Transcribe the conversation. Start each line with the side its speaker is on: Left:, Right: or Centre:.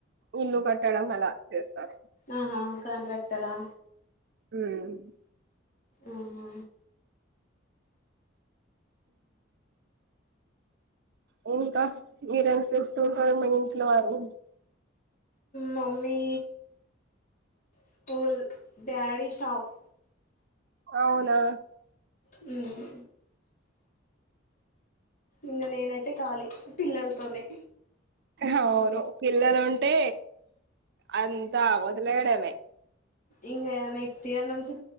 Right: ఇల్లు కట్టడం అలా చేస్తారు
Left: ఆహా కాంట్రాక్టరా
Right: మ్
Left: ఆ హా
Right: ఉ ఇంకా మీరేం చేస్తూ ఉంటారు ఇం ఇలు వారు
Left: మమ్మీ స్కూల్ డాడి షాప్
Right: అవునా
Left: మ్ ఇంకా నేనైతే కాలి పిల్లల్తోనే
Right: అవును పిల్లలుంటే అంతా వదిలేయడమే
Left: ఇంకా నెక్స్ట్ ఇయర్ నుంచి